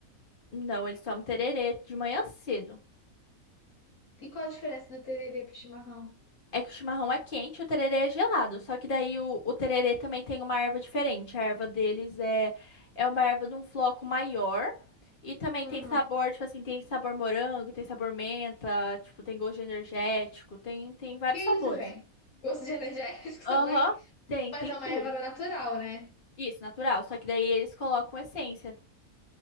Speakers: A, on the left; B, on the left.
A: Não, eles tomam tererê de manhã cedo.
B: E qual a diferença do tererê pro chimarrão?
A: É que o chimarrão é quente e o tererê é gelado. Só que daí o, o tererê também tem uma erva diferente. A erva deles é, é uma erva de um floco maior. E também
B: Uhum.
A: tem sabor, tipo assim, tem sabor morango, tem sabor menta, tipo, tem gosto de energético, tem, tem vários
B: Que
A: sabores.
B: isso, gente? Gosto de energético
A: Aham,
B: <laughs> também?
A: tem,
B: Mas
A: tem
B: é uma
A: tudo.
B: erva natural, né?
A: Isso, natural. Só que daí eles colocam essência.